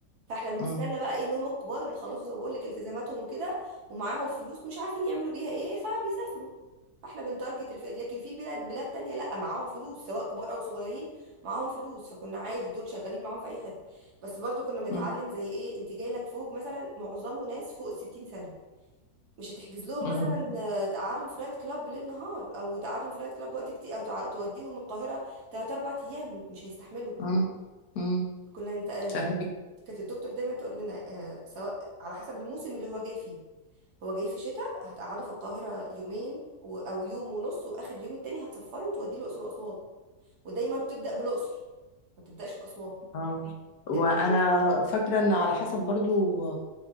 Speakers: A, on the right; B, on the left.
A: فاحنا بنستنى
B: مم.
A: بقى ايه اللي هم الكبار اللي خلصوا زي ما بقول لك التزاماتهم وكده ومعاهم فلوس مش عارفين يعملوا بيها ايه فبيسافروا فاحنا بنتارجت الفئة دي. لكن في بلاد بلاد تانية لا معاهم فلوس سواء كبار او صغيرين معاهم فلوس فكنا عادي دول شغالين معاهم في اي حد بس برضو كنا بنتعلم
B: مم.
A: زي ايه انت جاي لك فوق مثلا معظمه ناس فوق الستين سنة مش هتحجز لهم
B: مم.
A: مثلا آه، تقعدهم في نايت كلاب بالليل نهار او تقعدهم في نايت كلاب وقت كتير او تع- توديهم القاهرة 3 4 ايام مش هيستحملوا
B: مم. مم.
A: كنا انت آه،
B: فاهمك
A: كانت كانت الدكتور دايما تقول لنا آه، سواء على حسب الموسم اللي هو جاي فيه هو جاي في شتاء هتقعده في القاهرة يومين و... او يوم ونص واخر يوم التاني هتسفره وتوديه الاقصر واسوان ودايما تبدا بالاقصر ما تبداش باسوان
B: اه
A: نبدا
B: وانا
A: بالاقصر
B: فاكره ان على حسب برضو